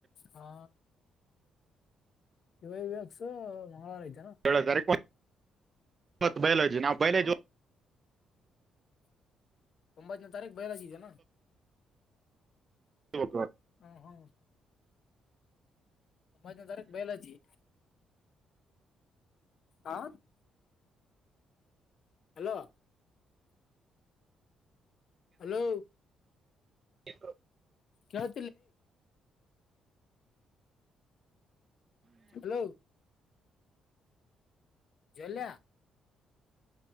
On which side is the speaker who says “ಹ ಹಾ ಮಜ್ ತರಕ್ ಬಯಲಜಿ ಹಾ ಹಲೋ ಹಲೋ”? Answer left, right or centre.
Left